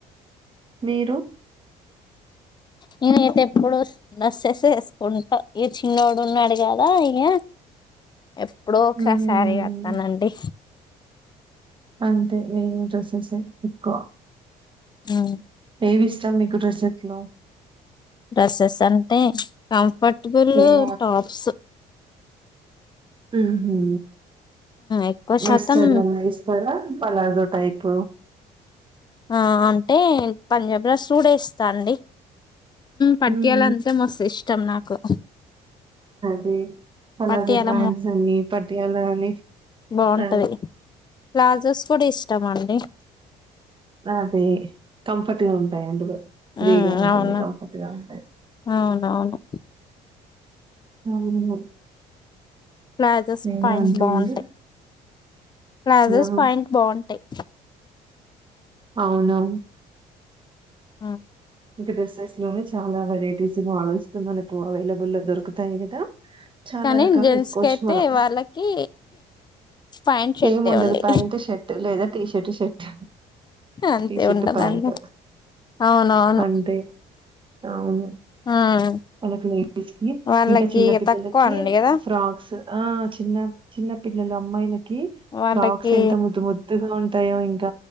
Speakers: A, on the right; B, on the left.
A: మీరు
B: నేనైతే ఎప్పుడు డ్రెస్సెస్ వేసుకుంటా ఈ చిన్నోడు ఉన్నాడు కదా ఇక ఎప్పుడో ఒక్సారి
A: హ్మ్.
B: శారీ కడతానండి
A: అంతే నేను డ్రెస్సెస్సు ఎక్కువ
B: వు
A: ఏవి ఇష్టం నీకు డ్రెస్ ఎక్కువ
B: డ్రెస్సెస్ అంటే కంఫర్టబుళ్ళు
A: ఏం
B: టాప్స్
A: హుహూ
B: ఎక్కువ
A: మస్త్
B: శాతం
A: ఏమన్న ఇస్తార పలార్ గొ అయిపో
B: ఆ అంటే పంజాబ్ డ్రెస్గూడా ఎస్తా అండి పట్యాల
A: ఉమ్
B: అంటే మస్తు ఇష్టం నాకు
A: తే అలా
B: పట్యాల
A: ప్లాజోస్ ప్యాంట్స్ అని పట్యాల అని
B: బావుంటది
A: ఆ
B: ప్లాజోస్ కూడా ఇష్టం అండి
A: లాంటే కంఫర్ట్ గా ఉంటాయి అందులో ఫ్రీగా
B: ఉమ్
A: ఉంటుంది
B: అవును
A: కంఫర్ట్గా ఉంటాది
B: అవునవును
A: అవును
B: ప్లాజోస్
A: నేను
B: పాంట్
A: అంతే
B: బావుంటయ్
A: అండి
B: ప్లాజోస్
A: ఆ
B: పాంట్ బాఉంటయ్
A: ఔను
B: అ
A: డ్రెస్సెస్ లోనే చాలా వెరైటీస్ మోడల్ స్తునక్ అవైలబుల్ లో దొరుకుతాయి కదా చాలా
B: కానీ
A: రకాల్
B: జెంట్స్
A: ఎస్ కోచ్చు
B: కి అయితే
A: మనం
B: వాళ్ళకి ప్యాంట్ షర్టే
A: ఏముండదు
B: ఉంది
A: ప్యాంటు షర్టు లేదా టీ షర్ట్ షర్ట్
B: అంతే
A: టీషర్ట్
B: ఉంటదండి
A: ప్యాంట్
B: అవునవును
A: అంటే అవును
B: ఉమ్
A: వాళ్నకి లేడీస్కి
B: వాళ్ళకి
A: ఇంకా చిన్న పిల్లలకి
B: తక్కువ అండి కదా
A: ఫ్రాక్స్ ఆ చిన్న చిన్న పిల్లల అమ్మాయిలక్ కి
B: వాళ్ళకి
A: బాక్స్ ఎంత ముద్దు ముద్దుగా ఉంటాయి అంట